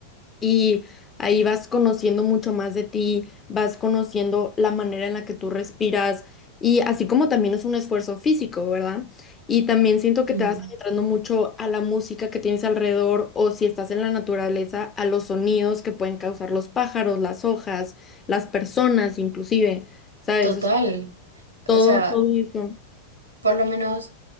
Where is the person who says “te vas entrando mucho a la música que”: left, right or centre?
Left